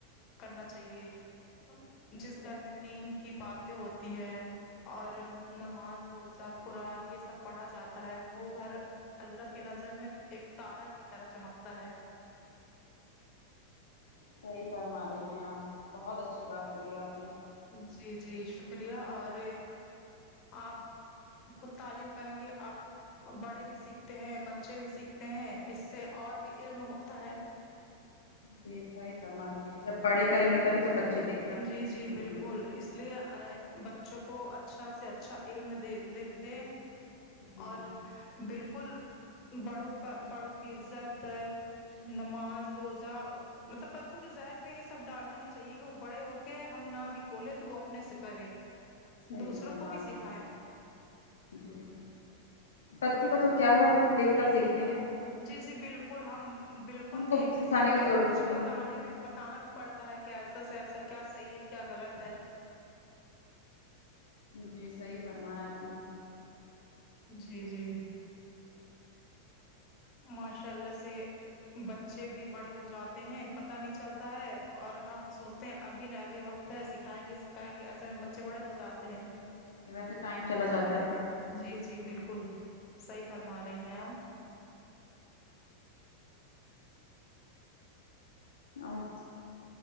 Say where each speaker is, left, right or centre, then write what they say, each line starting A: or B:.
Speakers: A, on the left; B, on the left.
A: کرنا چاہیے جس گھر میں دین کی باتیں ہوتی ہے اور نماز روزہ قرآن یہ سب پڑھا جاتا ہے وہ گھر اللہ کی نظر میں ایک تارہ کی طرح چمکتا ہے
B: صحیح فرما رہی ہیں آپ بہت اچھی بات بولیے آپنی
A: جی جی شکریہ اور آپ خود تعلیم کریں گے آپ بڑے بھی سیکھتے ہیں بچے بھی سیکھتے ہیں اس سے اور بھی علم ہو تا ہے
B: جی صحیح فرما رہی ہیں تب بڑے کریں گے تب تو بچے دیکھ کر
A: جی جی
B: سیکھیں
A: بالکل
B: گے
A: اس اس لیے بچوں کو اچھا سے اچھا علم دے د دے
B: جی
A: اور بالکل بڑوں کا بڑوں کی عزت نماز روزہ مطلب بچوں کے ذہن میں یہ سب ڈالنا ہی چاہیے کہ وہ بڑے ہو کے ہم نہ بھی بولے تو وہ اپنے سے کرے
B: صحیح
A: دوسروں
B: فرما
A: کو بھی
B: رہی
A: سکھائے
B: ہیں جی بچوں کا تو کیا ہے وہ تو دیکھ کر سیکھ
A: جی جی بالکل ہم بالکل
B: ان کو
A: دیکھ کے
B: سکھانے
A: سیکھتے
B: کی
A: ہیں
B: ضرورت
A: کچھ
B: ہی نہیں
A: بتانے بھی بتانا بھی پڑتا کہ ایسا سے ایسا کیا صحیح ہے کیا غلط ہے
B: جی صحیح فرمایا آپ نے
A: جی جی ماشاء اللہ سے بچے بھی بڑے ہو جاتے ہیں پتہ نہیں چلتا ہے اور ہم سوچتے ہیں ابھی نہ ابھی وقت سکھائیں گے سکھائیں گے ایسے میں بچے بڑے ہو جاتے ہیں
B: صحیح بات ہے ٹائم چلا جاتا ہے پھر
A: جی جی بالکل صحیح فرما رہی ہیں آپ
B: اور